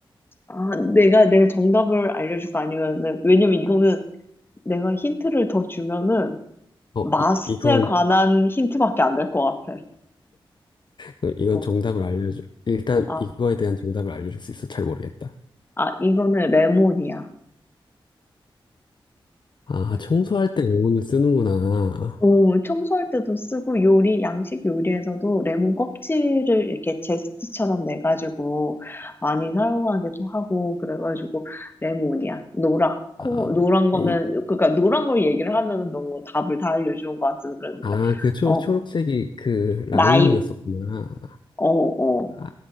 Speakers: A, on the left; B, on the left.
A: 아, 내가, 내가 정답을 알려줄까? 아니면은, 왜냐면 이거는 내가 힌트를 더 주면은,
B: 어,
A: 맛에
B: 이, 이건,
A: 관한 힌트밖에 안 될 것 같아.
B: 그, 이건
A: 어.
B: 정답을 알려줘. 일단
A: 아,
B: 이거에 대한 정답을 알려줄 수 있어? 잘 모르겠다.
A: 아, 이거는 레몬이야.
B: 아, 청소할 때 영혼을 쓰는구나.
A: 오, 청소할 때도 쓰고 요리, 양식 요리에서도 레몬 껍질을 이렇게 제스트처럼 내가지고 많이 사용하기도 하고 그래가지고 레몬이야. 노랗고
B: 아,
A: 노란 거는
B: 이,
A: 그러니까 노란 걸 얘기를 하면 너무 답을 다 알려주는 것 같아서 그랬는데
B: 아, 그 초,
A: 어
B: 초록색이 그
A: 라임
B: 라임이었었구나.
A: 어 어
B: 아,